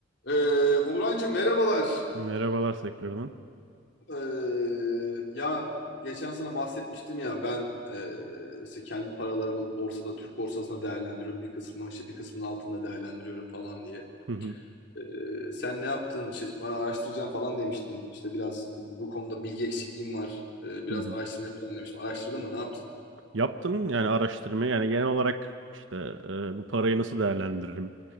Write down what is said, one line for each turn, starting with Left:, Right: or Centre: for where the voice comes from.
Left: Ee, Onurhan'cığım merhabalar.
Right: Merhabalar tekrardan.
Left: Ee, ya geçen sana bahsetmiştim ya ben e, işte kendi paralarımı borsada Türk borsasında değerlendiriyorum. Bir kısmını işte bir kısmını altında değerlendiriyorum falan diye.
Right: Hı hı,
Left: Ee, sen ne yaptın? İşte bana araştıracağım falan demiştin. İşte biraz bu konuda bilgi eksikliğim var. Ee, biraz
Right: hı hı.
Left: araştırma yapacağım demiştim. Araştırdın mı? Ne yaptın?
Right: Yaptım yani araştırmayı yani genel olarak işte e, bu parayı nasıl değerlendiririm?